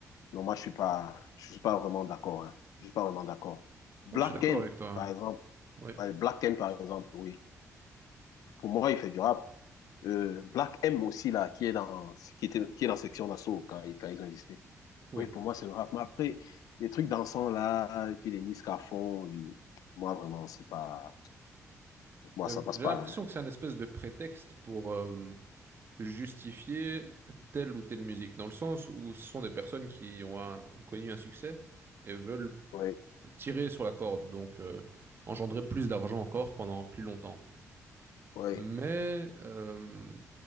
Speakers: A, on the left; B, on the right.
A: non, moi, je suis pas, je suis pas vraiment d'accord, hein. Je suis pas vraiment d'accord. Black
B: Ouais, je suis d'accord
A: M
B: avec toi.
A: par exemple.
B: Oui,
A: Ouais, Black M, par exemple, oui. Pour moi, il fait du rap. Euh, Black M aussi, là, qui est dans, qui était, qui est dans section d'assaut quand, quand ils ont existé.
B: oui.
A: Oui, pour moi, c'est le rap. Mais après, les trucs dansants, là, que les Nice font, oui, moi, vraiment, c'est pas, moi,
B: Mais
A: ça passe
B: J'ai
A: pas.
B: l'impression
A: hein.
B: que c'est un espèce de prétexte pour euh, justifier telle ou telle musique, dans le sens où ce sont des personnes qui ont, un- ont connu un succès et veulent
A: Oui,
B: tirer sur la corde, donc euh, engendrer plus d'argent encore pendant plus longtemps.
A: oui,
B: Mais euh,